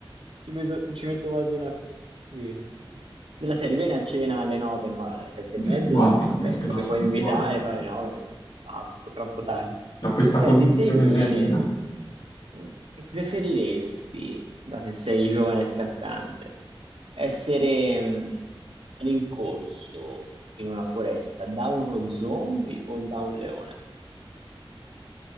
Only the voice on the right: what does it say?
Ci, meso- ci metto quasi una firma. Della serie, vieni a cena alle nove, no, alle sette
e mezzo,
ecco,
mi puoi
invitare,
però alle nove, pazzo, troppo tardi.
Senti,
te invece,
mh, preferiresti, dato che sei giovane e scattante, essere mh, rincorso in una foresta da uno zombie o da un leone?